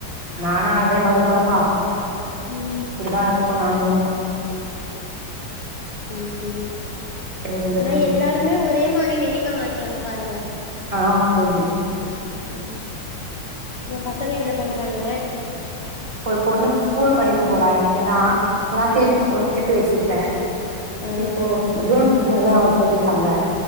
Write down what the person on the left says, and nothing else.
ம்
சேரி சேரி
ஆனா
எல்லாருமே ஒரே மாரி நெனைக்க மாட்டறாங்க பாருங்க
உம் அப்றோ பசங்க என்ன பண்றாங்க
ஆ
ஆ